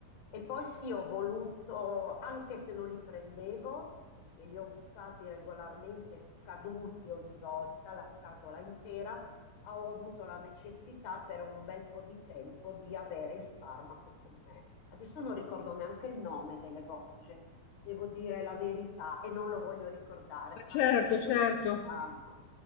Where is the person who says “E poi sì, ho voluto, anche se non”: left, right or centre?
Left